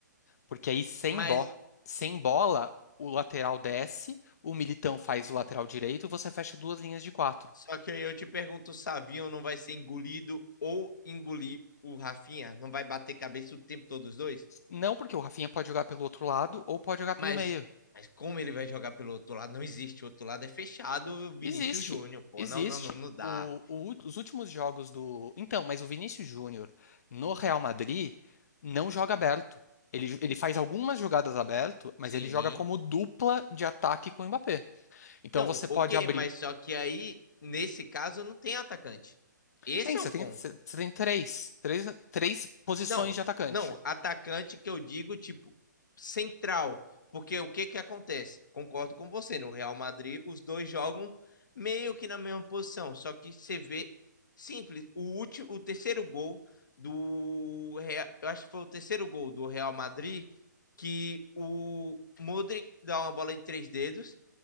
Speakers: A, on the left; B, on the left.
A: Porque aí sem
B: mas
A: bo- sem bola, o lateral desce, o Militão faz o lateral direito, você fecha duas linhas de quatro.
B: só que eu te pergunto, o Savinho não vai ser engolido ou engolir o Rafinha? Não vai bater cabeça o tempo todo os dois?
A: Não porque o Rafinha pode jogar pelo outro lado ou pode jogar
B: Mas,
A: pelo meio.
B: mas como ele vai jogar pelo outro lado? Não existe. O outro lado é fechado, Vinícius
A: Existe,
B: Júnior, pô.
A: existe.
B: Não, não, não, não dá.
A: O- o ú- os últimos jogos do. Então, mas o Vinícius Júnior no Real Madrid não joga aberto. Ele, ele faz algumas jogadas aberto, mas
B: Sim.
A: ele joga como dupla de ataque com o Mbappé. Então
B: Não,
A: você pode
B: ok,
A: abrir.
B: mas só que aí, nesse caso, não tem atacante. Esse
A: Tem,
B: é
A: você
B: o ponto.
A: tem, você tem três, três, três posições
B: Não,
A: de atacante.
B: não, atacante que eu digo, tipo, central. Porque o que que acontece? Concordo com você, no Real Madrid os dois jogam meio que na mesma posição, só que você vê simples, o último, o terceiro gol do Real, eu acho que foi o terceiro gol do Real Madrid que o Modric dá uma bola de três dedos